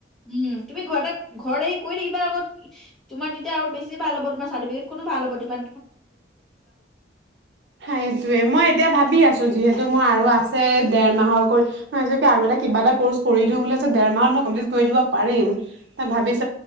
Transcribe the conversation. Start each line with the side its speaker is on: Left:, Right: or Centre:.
Centre: উম তুমি ঘৰত ঘৰত আহি কৈ থাকিবা আকৌ তোমাৰ তেতিয়া আৰু বেছি চি ভাল হ'ব তোমাৰ চাৰ্টিফেটখনো ভাল হ'ব তিমান
Right: সেইটোৱে মই এতিয়া ভাবি আছো যিহে মোৰ আৰু আছে দেৰ মাহৰ কৰি আৰু এটা কিবা এটা কৰ্চ কৰি দিও বুলি‌ছো দেৰ মাহত মই কমপ্লিট কৰি দিব পাৰিম ভাবিছ